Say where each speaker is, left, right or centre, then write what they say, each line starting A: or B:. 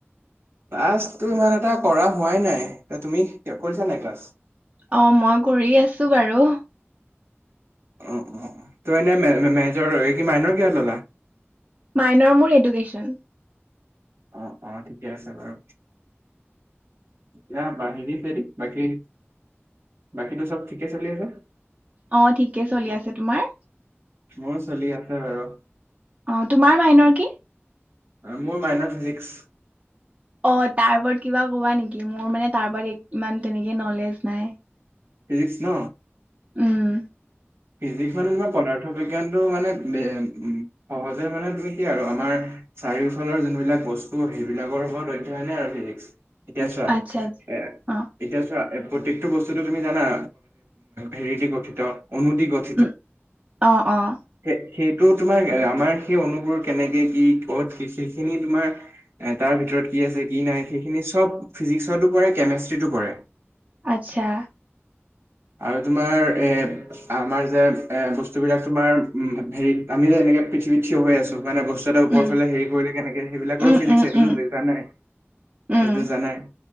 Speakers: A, on the right (about 60°); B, on the right (about 30°).
A: ক্লাছটো ইমান এটা কৰা হোৱাই নাই এ তুমি কৰিছা নাই ক্লাছ?
B: অ' মই কৰি আছো বাৰু।
A: অ'অ' ত এ-এনে মেনেজৰ হয় কি মাইনৰ কিহত ল'লা?
B: মাইনৰ মোৰ এডুকেশ্যন।
A: অ'অ' ঠিকে আছে বাৰু। দিয়া বাহৰি বেদি বাকী বাকীতো চব ঠিকে চলি আছে।
B: অ' ঠিকে চলি আছে তোমাৰ?
A: মোৰ চলি আছে বাৰু।
B: অ' তোমাৰ মাইনৰ কি?
A: মোৰ মাইনৰ ফিজিক্স।
B: অ' তাৰ ওপৰত কিবা কবা নেকি মোৰ মানে তাৰ ওপৰত ইমান তেনেকে নলেজ নাই।
A: ফিজিক্স ন?
B: উম,
A: ফিজিক্স মানে তোমাৰ পদাৰ্থ বিজ্ঞানটো মানে সহজে মানে তুমি কি আৰু আমাৰ চাৰিওফালৰ যোনবিলাক বস্তু সেইবিলাকৰ ওপৰত অধ্যয়নে আৰু ফিজিক্স। এতিয়া চোৱা
B: আচ্ছা আচ্ছা
A: এ
B: অ
A: এতিয়া চোৱা এ প্ৰত্যেকটো বস্তুটো তুমি জানা হেৰিদি গঠিত অনুদি গঠি
B: উম, অ'অ'
A: সেই সেইটো তোমাৰ আমাৰ সেই অনুবোৰ কেনেকে কি ক'ত কি সেইখিনি তোমাৰ এ তাৰ ভিতৰত কি আছে কি নাই সেইখিনি চব ফিজিক্সতো পৰে কেমেষ্ট্ৰিতো পৰে।
B: আচ্ছা।
A: আৰু তোমাৰ এ আমাৰ যে এ বস্তুবিলাক তোমাৰ উম, হেৰিত আমি যে এনেকে পৃথিৱীত থিয় হৈ আছো মানে বচ স্তু এটা ওপৰ
B: উম,
A: ফালে হেৰি কৰিলে কেনেকে সেইবিলাকৰো
B: উম,
A: ফিজিক্স
B: উম,
A: সেইটোতো
B: উম,
A: <unintelligible>
B: উম,
A: সেইটোতো জানাই।